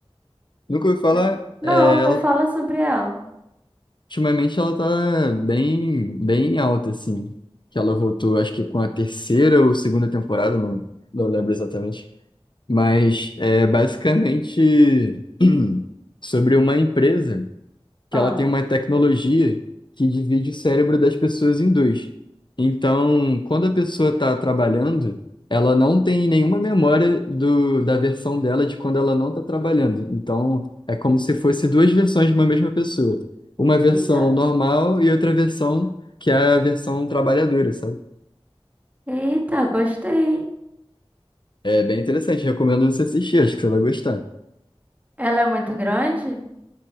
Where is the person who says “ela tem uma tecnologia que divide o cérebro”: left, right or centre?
Left